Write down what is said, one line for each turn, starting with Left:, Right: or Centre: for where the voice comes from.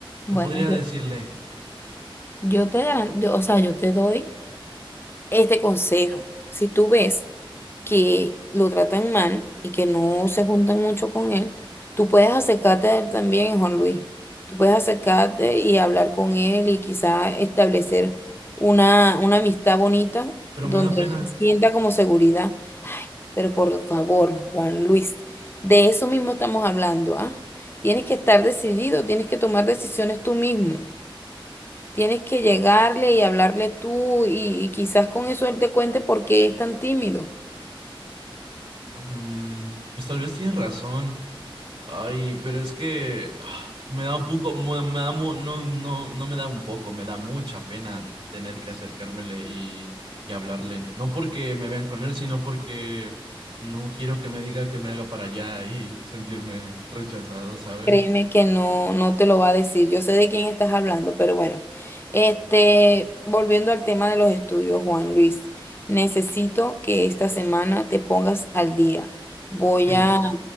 Right: ¿Qué
Left: bueno,
Right: podría
Left: yo,
Right: decirle?
Left: yo te garan- yo, o sea, yo te doy este consejo. Si tú ves que lo tratan mal y que no se juntan mucho con él, tú puedes acercarte a él también, Juan Luis. Tú puedes acercarte y hablar con él y quizá establecer una, una amistad bonita
Right: Pero
Left: donde
Right: me da pena.
Left: él sienta como seguridad. Ay, pero por favor, Juan Luis, de eso mismo estamos hablando, ¿ah? Tienes que estar decidido, tienes que tomar decisiones tú mismo. Tienes que llegarle y hablarle tú y, y quizás con eso él te cuente por qué es tan tímido.
Right: Mm, pues tal vez tiene razón. Ay, pero es que ah, me da un poco, me, me da mu- no, no, no me da un poco, me da mucha pena tener que acercármele y, y hablarle. No porque me vean con él, sino porque no quiero que me diga que me haga para allá y sentirme rechazado, ¿sabe?
Left: Créeme que no, no te lo va a decir. Yo sé de quién estás hablando, pero bueno. Este, volviendo al tema de los estudios, Juan Luis, necesito que esta semana te pongas al día. Voy
Right: Sí, muestra.
Left: a,